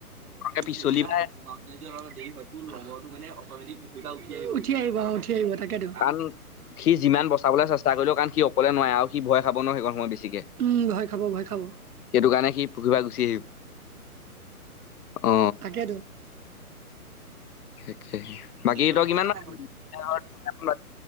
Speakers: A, on the left; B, on the right.
A: ফটককে পিছলি
B: চলিবা
A: বা
B: অল দেৰি হয়, তোৰ লগৰটো মানে অটমেটিক পুখুৰী উঠি আহ উঠি আহিব। উঠি আহিব তাকেতো।
A: কাৰণ সি যিমান বচাবলৈ চেষ্টা কৰিলেও কাৰণ সি অকলে নোৱা আৰু সি ভয় খাব ন সেইকণ সময় বেছিকে,
B: উম, ভয় খাব ভয় খাব
A: সেইটোকাৰণে সি পুখুৰীৰৰ পৰা গুচি আহি অ।
B: তাকেতো।
A: তাকেহে বাকী
B: এ তোৰ
A: তই কিমান মান